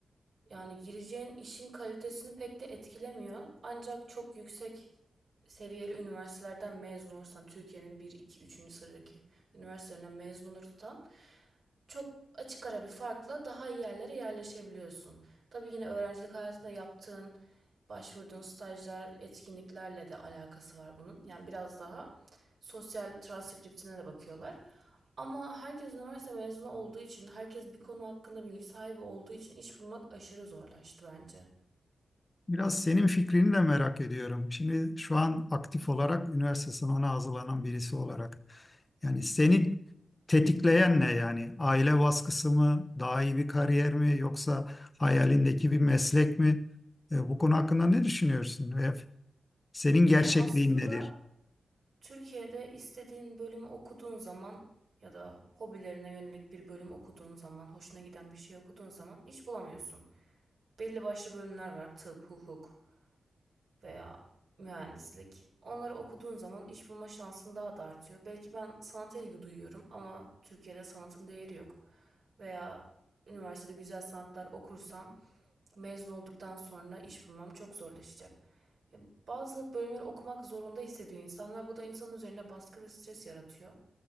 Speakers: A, on the right; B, on the left.
A: yani gireceğin işin kalitesini pek de etkilemiyor. Ancak çok yüksek seviyeli üniversitelerden mezun olursan Türkiye'nin bir, 2, üçüncü sıradaki üniversitelerinden mezun olursan çok açık ara bir farkla daha iyi yerlere yerleşebiliyorsun. Tabii yine öğrencilik hayatında yaptığın, başvurduğun stajlar, etkinliklerle de alakası var bunun. Yani biraz daha sosyal transkriptine de bakıyorlar. Ama herkes üniversite mezunu olduğu için, herkes bir konu hakkında bilgi sahibi olduğu için iş bulmak aşırı zorlaştı bence.
B: Biraz senin fikrini de merak ediyorum. Şimdi şu an aktif olarak üniversite sınavına hazırlanan birisi olarak. Yani seni tetikleyen ne yani? Aile baskısı mı, daha iyi bir kariyer mi yoksa hayalindeki bir meslek mi? E, bu konu hakkında ne düşünüyorsun? E, Senin
A: Ya
B: gerçekliğin
A: aslında
B: nedir?
A: Türkiye'de istediğin bölümü okuduğun zaman ya da hobilerine yönelik bir bölüm okuduğun zaman, hoşuna giden bir şey okuduğun zaman iş bulamıyorsun. Belli başlı bölümler var. Tıp, hukuk, veya mühendislik. Onları okuduğun zaman iş bulma şansın daha da artıyor. Belki ben sanata ilgi duyuyorum ama Türkiye'de sanatın değeri yok. Veya üniversitede güzel sanatlar okursam mezun olduktan sonra iş bulmam çok zorlaşacak. E, Bazı bölümleri okumak zorunda hissediyor insanlar. bu da insanın üzerinde baskı ve stres yaratıyor.